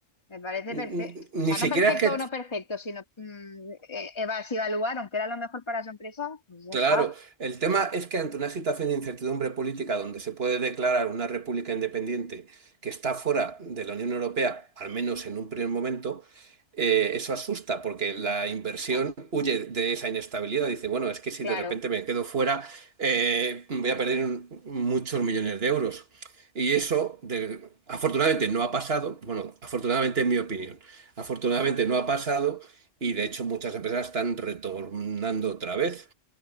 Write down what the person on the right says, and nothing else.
n- n- ni
siquiera
es que
Claro,
el tema es que ante una situación de incertidumbre política donde se puede declarar una república independiente que está fuera de la Unión Europea, al menos en un primer momento, eh, eso asusta porque la inversión
huye de esa inestabilidad. Dice, bueno, es que si
de repente me quedo fuera, eh, voy a perder un- muchos millones de euros. Y eso, de- afortunadamente, no ha pasado. Bueno, afortunadamente, en mi opinión, afortunadamente no ha pasado y de hecho muchas empresas están retornando otra vez.